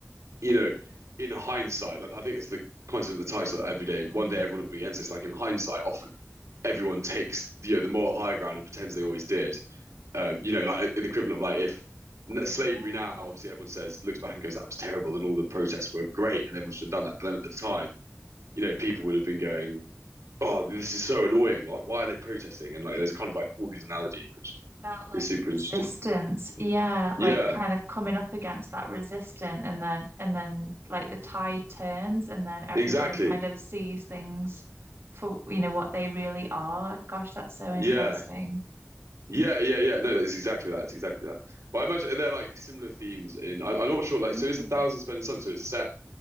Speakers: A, on the right (about 75°); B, on the right (about 50°).
A: you know, in hindsight, like I think it's the concept of the title that every day,
B: Mm,
A: one day everyone will be against this. Like in hindsight, often everyone takes you know the moral high ground and pretends they always did. Um, you know, like the equivalent of like if
B: yeah.
A: slavery now, obviously everyone says looks back and goes that was terrible and all the protests were great and everyone should have done that. But then at the time, you know, people would have been going, oh, this is so annoying. Like why are they protesting? And like there's kind of like all these analogies, which
B: That like
A: is super
B: resistance.
A: interesting.
B: Yeah,
A: Yeah,
B: like kind of coming up against that resistance and then and then like the tide turns and then everyone
A: exactly.
B: kind of sees things for you know what they really are. Gosh, that's so interesting.
A: Yeah. Yeah, yeah, yeah. No, it's exactly that. It's exactly that. But I imagine they're like similar themes in. I, I'm not sure. Like,
B: Mm.
A: so is a Thousand Splendid Suns? So it's set.